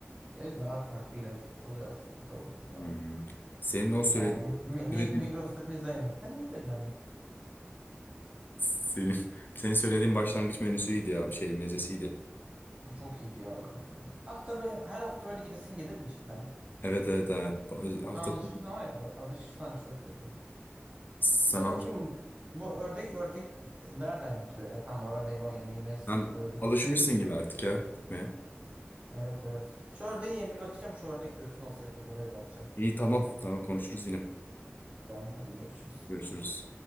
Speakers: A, on the right; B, on the left.
A: el daha farklı lezzetli oluyor aslında tavuklu falan
B: Hmm.
A: da.
B: Senin o söylediğin,
A: Yani Mi-
B: söylediğin
A: Mi- Migros'ta pizza yemekten iyidir yani.
B: senin, senin söylediğin başlangıç menüsüydü ya şey mezesiydi.
A: O çok iyiydi ya kanka. Hafta be, her hafta böyle gidesin gelir mi cidden?
B: Evet evet ha. Ba- Hafta
A: Ha, alışırsan
B: sonu
A: var ya alışırsan çok kötü.
B: sen,
A: Dur
B: alış
A: bakayım bu ördek ördek nereden yapılıyor ya? Tam o ördeğin o yemeği nasıl
B: sen
A: yapılıyor bir merak
B: alışmışsın
A: ettim.
B: gibi artık ya gitmeye.
A: Evet evet. Şu ördeğin yemeği bakacağım. Şu ördek göğsü nasıl yapıldığına bir bakacağım.
B: İyi tamam tamam konuşuruz yine.
A: Tamam hadi görüşürüz.
B: Görüşürüz.